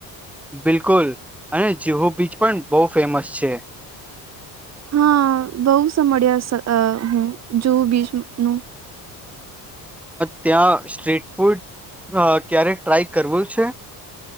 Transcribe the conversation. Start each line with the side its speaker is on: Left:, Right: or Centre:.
Centre: બિલકુલ અને જીહુ બીચ પણ બહુ ફેમસ છે
Right: હા બઉ સમ્યા હું જોઉ બીચ નું
Centre: ત્યાં સ્ટ્રીટ ફૂડ ક્યારે ટ્રાય કરવો છે?